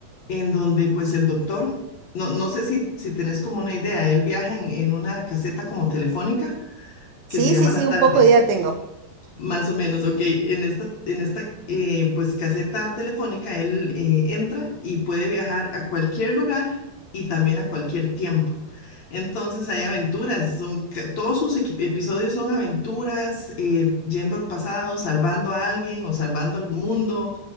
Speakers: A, on the left (about 55°); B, on the right (about 75°).
A: en donde pues el doctor, no, no sé si, si tenés como una idea, él viaja en, en una caseta como telefónica
B: Sí,
A: que se llama
B: sí,
A: la
B: sí, un
A: TARDIS.
B: poco de idea tengo.
A: Más o menos, ok. En esta, en esta eh, pues caseta telefónica él eh, entra y puede viajar a cualquier lugar y también a cualquier tiempo. Entonces hay aventuras, son, ca- todos sus equi- episodios son aventuras, eh, yendo al pasado, salvando a alguien o salvando al mundo,